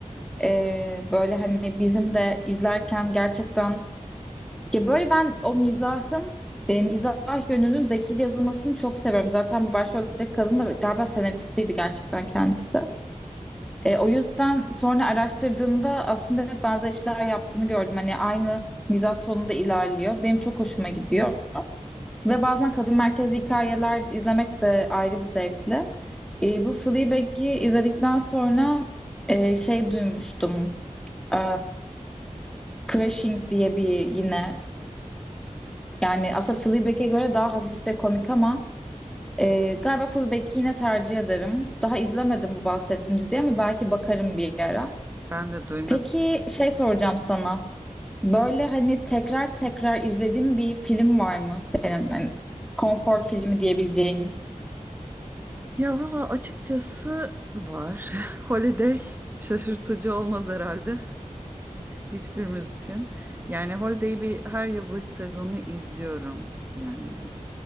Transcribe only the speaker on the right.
Ben de duymadım.
Ya valla açıkçası var. <laughs> Holiday şaşırtıcı olmaz herhalde hiçbirimiz için. Yani Holiday'i bir her yılbaşı sezonu izliyorum. Yani